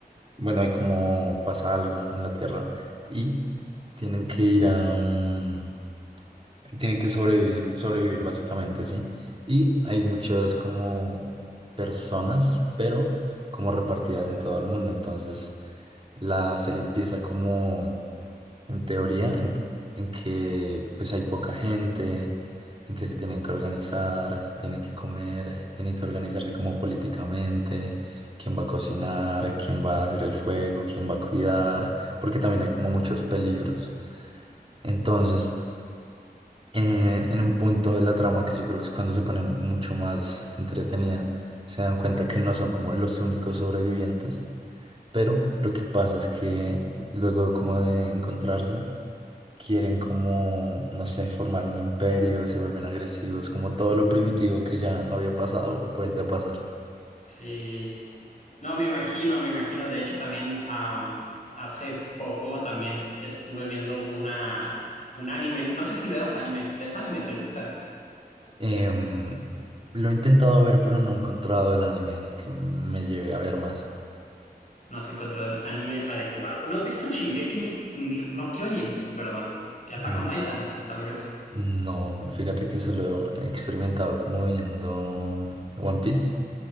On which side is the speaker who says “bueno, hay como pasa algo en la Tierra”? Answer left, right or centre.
Right